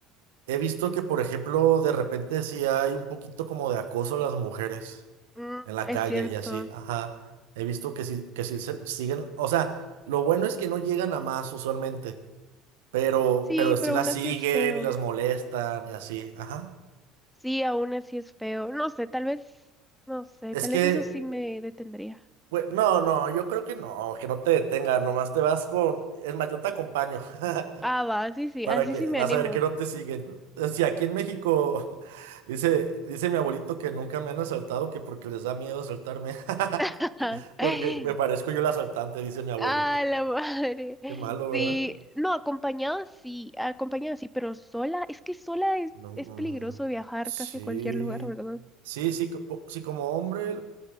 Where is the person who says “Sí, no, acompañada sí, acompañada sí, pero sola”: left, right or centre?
Centre